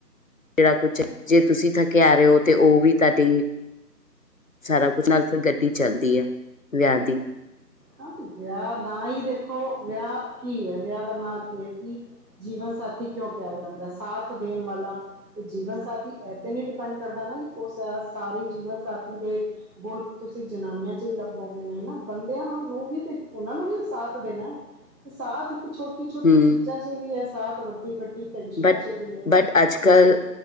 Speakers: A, on the left; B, on the right.
A: ਜਿਹੜਾ ਕੁਛ। ਜੇ ਤੁਸੀਂ ਥਕੇਿਆ ਆ ਰਹੇ ਹੋ ਤੇ ਉਹ ਵੀ ਤੁਹਾਡੀ। ਸਾਰਾ ਕੁੱਝ ਨਾਲ ਫਿਰ ਗੱਡੀ ਚੱਲਦੀ ਆ ਵਿਆਹ ਦੀ।
B: ਹਾਂ ਤੇ ਵਿਆਹ, ਨਾ ਹੀ ਦੇਖੋ ਵਿਆਹ ਕੀ ਹੈ। ਵਿਆਹ ਦਾ ਨਾਂ ਕੀ ਹੈ ਕੀ। ਜੀਵਨ ਸਾਥੀ ਕਿਉਂ ਕਿਹਾ ਜਾਂਦਾ। ਸਾਥ ਦੇਣ ਵਾਲਾ ਤੇ ਜੀਵਨ ਸਾਥੀ ਇਤੇ ਨੀ? ਸਪੈਂਡ ਕਰਦਾ ਨਾ ਉਹ ਸ। ਸਾਰੀ ਜੀਵਨ ਸਾਥੀ ਦੇ ਗੁਣ ਤੁਸੀਂ ਜਨਾਨੀਆਂ ਚ ਹੀ ਲੱਭੋਗੇ ਨਹੀਂ ਨਾ ਬੰਦੇ। ਸਾਨੂੰ ਵੀ ਤੇ। ਉਹਨਾਂ ਨੂੰ ਵੀ ਸਾਥ ਦੇਣਾ ਹੈ। ਸਾਥ ਤੇ ਛੋਟੀ ਛੋਟੀ
A: ਹੂੰ
B: ਚੀਜ਼ਾਂ ਚ। ਵੀ ਹੈ ਸਾਤ ਵੱਡੀ ਵੱਡੀ। ਟੈਨਸ਼ਨਾਂ
A: ਬਟ,
B: ਚ ਵੀ ਹੈ
A: ਬਟ ਅੱਜ ਕੱਲ੍ਹ।